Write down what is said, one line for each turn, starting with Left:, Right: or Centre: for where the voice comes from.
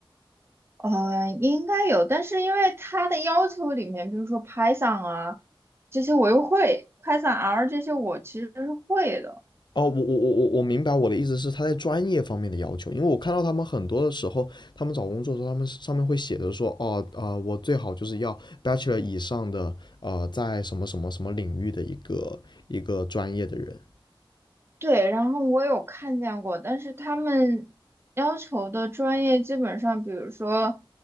Right: 呃，应该有，但是因为他的要求里面，比如说 Python 啊这些我又会，Python R 这些我其实是会的。
Left: 哦，我我我我我明白我的意思是他在专业方面的要求，因为我看到他们很多的时候，他们找工作的时候，他们上面会写着说，哦，啊，我最好就是要 bachelor 以上的，呃，在什么什么什么领域的一个一个专业的人，
Right: 对，然后我有看见过，但是他们要求的专业基本上，比如说，